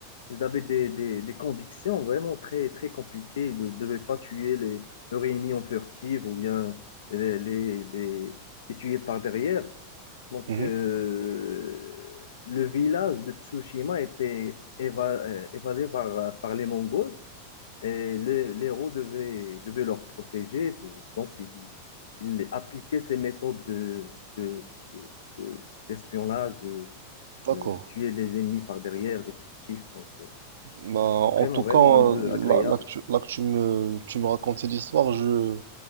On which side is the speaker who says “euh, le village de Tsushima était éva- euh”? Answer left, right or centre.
Left